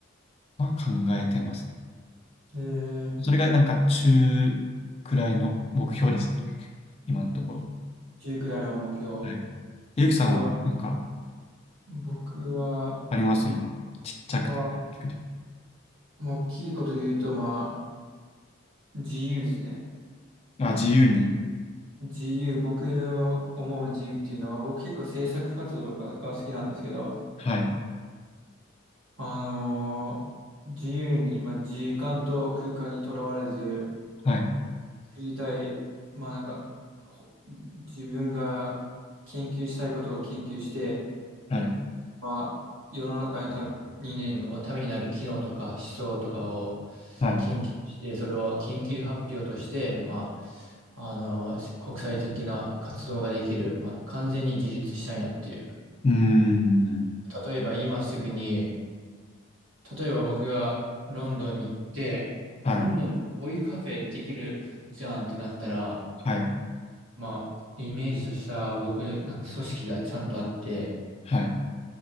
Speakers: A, on the left; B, on the right.
A: まあ、考えてますね。
B: えー、
A: それがなんか中くらいの目標ですね。<laughs> 今のところ。
B: じゅうくらいの目標。
A: はい。ゆうきさんはなんか
B: それは、僕は、
A: あります今。ちっちゃくても大きくて
B: まあ、まあ大きいことで言うと、まあ、自由ですね。
A: も。あ、自由に。
B: 自由、僕の思う自由っていうのは、僕結構制作活動とかが好きなんですけど、
A: はい。
B: あのー自由に、まあ、時間と空間にとらわれず、
A: はい。
B: 作りたい、まあなんか、ほ自分が研究したいことを研究して、
A: はい。
B: まあ、世の中にたにねんのためになる機能とか思想とかを
A: はい。
B: 研究して、
A: う
B: それを研究発表として、まあ、あの、せ国際的な活動ができる、まあ、完全に自立したいなっていう。
A: ーん。
B: 例えば今すぐに、例えば僕がロンドンに行って、
A: はい。
B: ロンドンこういうカフェできるじゃんってなったら、
A: はい。
B: まあ、イメージとした僕、なんか組織がちゃんとあって、
A: はい。